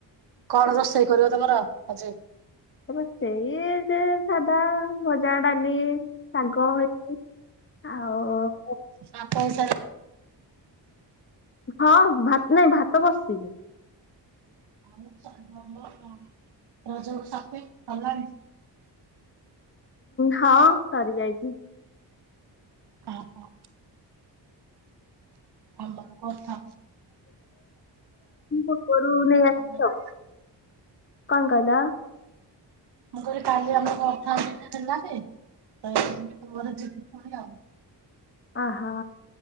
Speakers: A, on the right; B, on the left.
A: କଣ ରୋଷେଇ କରିବ ତମର ଆଜି।
B: ରୋଷେଇ ଯେ ସାଧା ଭଜା ଡାଲି ଶାଗ ହେଇଚି। ଆଉ।
A: ଭାତ ହୋଇଆସିଲାଣି?
B: ହଁ ଭାତ ନାଇଁ ଭାତ ବସିଚି ବି।
A: <unintelligible>
B: ହଁ ସରି ଯାଇଚି।
A: ଓହୋ। ହଁ ବା କଥା।
B: ପୂର୍ବରୁ ନେଇ ଆସିଛ
A: <unintelligible>
B: କଣ କହିଲ?
A: ମୁଁ କହିଲି କାଲି ଆମ ଅଥା ହେଲାନି। <unintelligible>
B: ଓହୋ।